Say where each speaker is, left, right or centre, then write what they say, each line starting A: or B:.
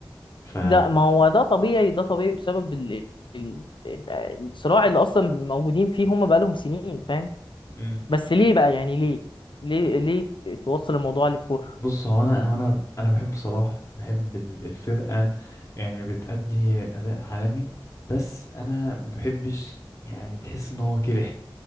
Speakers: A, on the left; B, on the left.
A: ف
B: ده ما هو ده طبيعي ده طبيعي بسبب ال... ال... ال- الصراع اللي اصلا موجودين فيه هم بقالهم سنين فاهم
A: مم.
B: بس ليه بقى يعني ليه ليه ليه توصل الموضوع للكوره
A: بص هو انا هو انا انا بحب صلاح بحب ال- الفرقة يعني بتأدي اداء عالمي بس انا ما بحبش يعني تحس ان هو كده